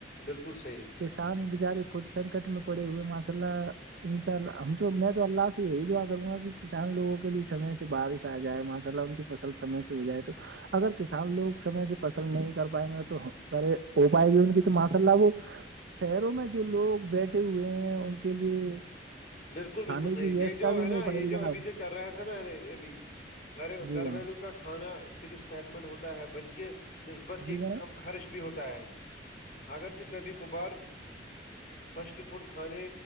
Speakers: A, on the left (about 50°); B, on the right (about 80°).
A: بالکل صحیح
B: کسان بچارے خود سنکٹ میں پڑے ہوئے ماشاء اللہ انشاء اللہ ہم تو میں تو اللہ سے یہی دعا کروں گا کہ کسان لوگوں کے لیے سمے سے بارش آ جائے ماشاء اللہ ان کی فصل سمے سے ہو جائے تو اگر کسان لوگ سمے سے فصل نہیں کر پائیں گے تو کرے ہو پائے گی ان کی تو ماشاءاللہ وہ شہروں میں جو لوگ بیٹھے ہوئے ہیں ان کے لیے
A: بالکل
B: کھانے
A: بالکل صحیح
B: کی ویوستھا
A: یہ جو
B: بھی
A: ہے
B: نہیں
A: نا
B: ہو
A: یہ
B: پائے گی
A: جو
B: جناب
A: ابھی جو چل رہا تھا نا یہ ابھی گھر
B: جی
A: گھر
B: جناب
A: ولو کا کھانا صرف صحت مند ہوتا ہے بلکہ نسبت کے
B: جی جناب
A: کم خرچ بھی ہوتا ہے اگرچہ کبھی کبھار فسٹ فوڈ کھانے